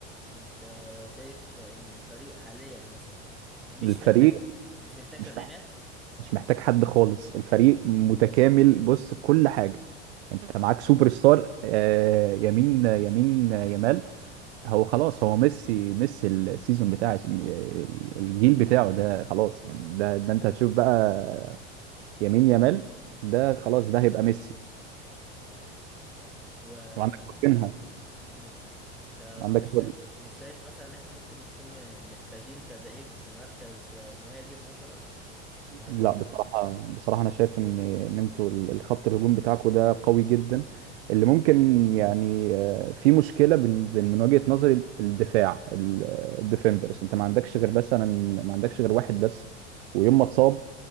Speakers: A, in the centre; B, on the right.
A: انت شايف ان الفريق حاليا مثلا مش
B: الفريق
A: محتاج مش محتاج
B: مش
A: تدعيمات
B: محتاج مش محتاج حد خالص الفريق متكامل بص بكل حاجه انت معاك سوبر ستار آه يمين يمين يمال هو خلاص هو ميسي ميسي السيزون بتاع الجيل بتاعه ده خلاص يعني ده ده انت هتشوف بقى يمين يامال ده خلاص ده هيبقى ميسي
A: و
B: وعندك كوتينها
A: مم. طب
B: وعندك
A: مش شا- مش شايف مثلا ان احنا ممكن نكون م- محتاجين تدعيم في مركز آه، المهاجم مثلا مهاجم
B: لا بصراحة
A: آه،
B: بصراحة أنا شايف إن إن أنتوا ال- الخط الهجوم بتاعكوا ده قوي جدا اللي ممكن يعني آه، في مشكلة بن- بن- من وجهة نظري ال- الدفاع الديفندرز أنت ما عندكش غير مثلا ما عندكش غير واحد بس ويوم ما اتصاب